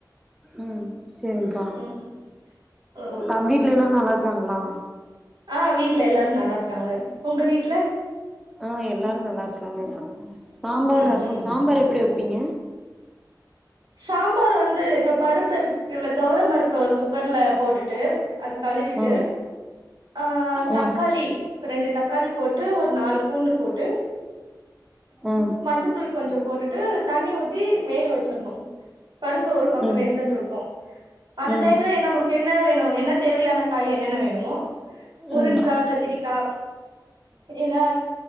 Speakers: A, in the centre; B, on the right.
A: உம் செரிங்கா
B: ம் ஓ
A: தம்பி வீட்டுலயெல்லா நல்ல இருக்காங்களா
B: ஹா வீட்டு்ல எல்லாரும் நல்ல இருக்காங்க உங்க வீட்டுல
A: ஹா எல்லாரும் நல்ல இருக்காங்க சாம்பார்
B: ம்
A: ரசம்
B: ம்
A: சாம்பார் எப்டி வெப் வைப்பீங்க
B: சாம்பார் வந்து இப்ப பருப்பு இருக்கு இல்ல துவரம் பருப்பு ஒரு குக்கர்ல போட்டுட்டு அது கழுவிட்டு
A: ஆ
B: ஹா தக்காளி
A: ஆ
B: ரெண்டு தக்காளி போட் ட்டு ஒரு நாலு பூண்டு போட்டு
A: ஆ
B: மஞ்சத்தூள் கொஞ்ச போட்டுட்டு தண்ணி ஊத் தி வேக வச்சிடணும் பருப்பு ஒரு பக்கம்
A: ம் ம்
B: வெந்துட்ருக்கும் அந்த
A: ம்
B: டைம்ல ஏ நம்ம கேட் என்ன வேணும் என்ன தேவையான காய் என்னென்ன வேணுமோ முருங்கா
A: ம்
B: கத்திரிக்கா இல்ல